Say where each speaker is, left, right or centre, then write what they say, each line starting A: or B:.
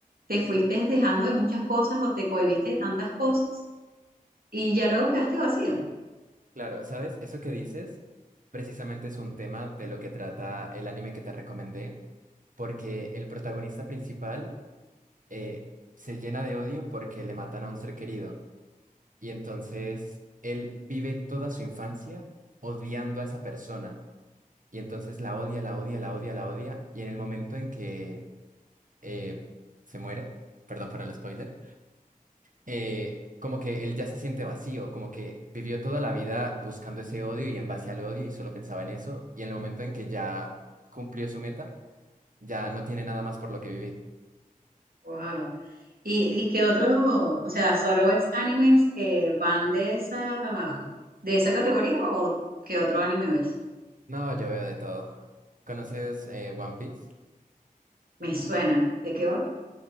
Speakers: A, on the right; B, on the right.
A: te fuiste dejando de muchas cosas o te cohibiste de tantas cosas y ya luego quedaste vacía.
B: Claro, ¿sabes? Eso que dices precisamente es un tema de lo que trata el anime que te recomendé, porque el protagonista principal eh, se llena de odio porque le matan a un ser querido y entonces él vive toda su infancia odiando a esa persona y entonces la odia, la odia, la odia, la odia y en el momento en que eh, se muere, perdón por el spoiler, eh, como que él ya se siente vacío, como que vivió toda la vida buscando ese odio y en base al odio y solo pensaba en eso, y en el momento en que ya cumplió su meta, ya no tiene nada más por lo que vivir.
A: Wow. Y, y qué otro, o sea, solo ves animes que van de esa, de esa categoría o qué otro anime ves?
B: No, yo veo de todo. ¿Conoces eh, One Piece?
A: Me suena. ¿De qué va?